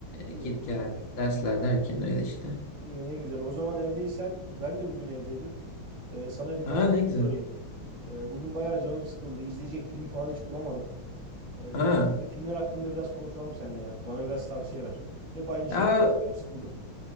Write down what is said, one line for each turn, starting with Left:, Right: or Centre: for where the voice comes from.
Right: İyi.
Left: E, git gel, dersler derken öyle işte.
Right: İyi, ne güzel. O zaman evdeysen, ben de bugün evdeydim. Ee, sana birkaç
Left: Aa
Right: bir
Left: ne
Right: şey
Left: güzel.
Right: sorayım. Ee, bugün bayağı canım sıkıldı. İzleyecek film falan hiç bulamadım. Ee,
Left: Ha.
Right: filmler hakkında biraz konuşalım seninle ya. Bana biraz tavsiye ver. Hep aynı şey
Left: Ya,
Right: yapıyorum, sıkıldım.